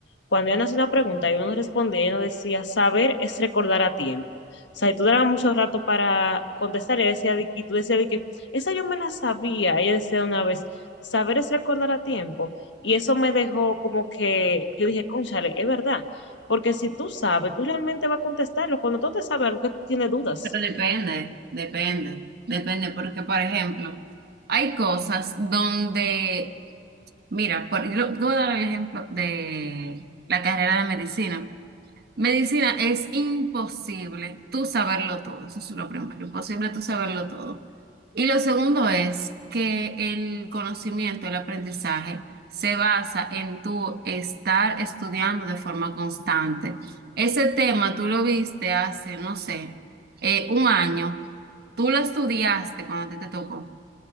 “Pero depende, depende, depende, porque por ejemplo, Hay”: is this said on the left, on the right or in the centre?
Right